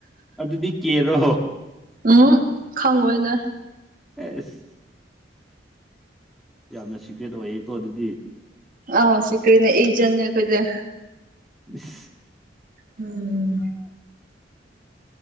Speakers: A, in the centre; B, on the right (about 50°).
A: ꯑꯗꯨꯗꯤ ꯀꯦꯔꯣ
B: ꯎꯝ ꯈꯪꯉꯣꯏꯅꯦ
A: ꯑꯁ ꯌꯥꯝꯅ ꯁꯤꯀ꯭ꯔꯦꯠ ꯑꯣꯏꯌꯦꯀꯣ ꯑꯗꯨꯗꯤ
B: ꯑ ꯁꯤꯀꯔꯤꯅꯦ ꯑꯩꯖꯦ ꯀꯈꯦ
A: <inaudible>
B: ꯎꯝ